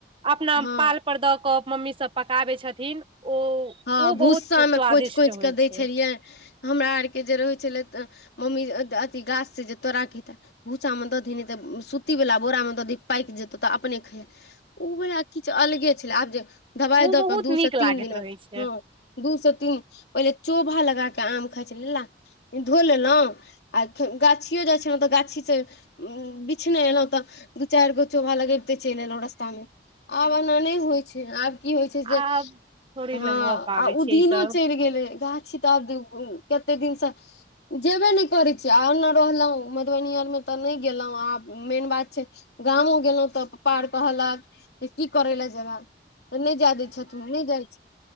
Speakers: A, on the right (about 30°); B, on the left (about 70°).
A: अपना
B: हँ
A: पाल पर दऽ कऽ मम्मी सब पकाबै छथिन ओ
B: हँ
A: ओ
B: भूस्सा
A: बहुत
B: में
A: स्वादिष्ट
B: कोचि कोच
A: होइ
B: कऽ दै
A: छै
B: छलियै हमरा आरके जे रहैत छलै तऽ मम्मी अथी गाछ से जे तोरा खते भूसामे दधी नहि तऽ स सुतीवला बोरा में दधी पाकि जेतहु तऽ अपने खैहे ओ वला किछु अलगे छलै आब जे दवाइ
A: ओ
B: दऽ
A: बहुत
B: कऽ दू
A: नीक
B: से तीन
A: लागैत
B: दिन में
A: रहै छै
B: हँ दू से तीन पहिले चोभा लगा के आम खाइ छल ला धो लेलहुँ आ गाछियो जाइ छै ने तऽ गाछी से उ बिछने एलहुं तऽ दू चाइर गो चोभा लगेबते चलि एलहुँ रस्ता मे आब एना नइ होइ छै आब की होइ छै से
A: आब थोड़ी
B: हँ
A: ने भऽ पाबै
B: आ ओ
A: छै
B: दिनो
A: ई सब
B: चइल गेलै गाछी तऽ आब कते दिनसँ जेबै नहि करै छीियै आउ ने रहलहुँ मधुबनी आर मे तऽ नहि गेलहुँं आब मेन बात छै गामो गेलहुँ तऽ पप्पा आर कहलक जे की करै लए जेबह तऽ नइ जाय दै छु नहि जाइ छ